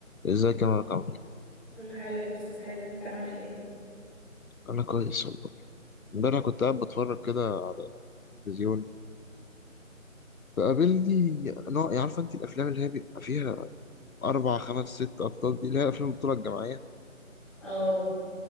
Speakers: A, on the left; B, in the centre.
A: ازيك يا مارك عمرو
B: كله حلو يا استاذ حازم انت عامل ايه
A: انا كويس والله امبارح كنت قاعد بتفرج كده على التلفزيون فقابلني نوع يعني عارفه انت الافلام اللي هي بيبقى فيها اربع خمس ست ابطال دي اللي هي افلام البطوله الجماعيه
B: اه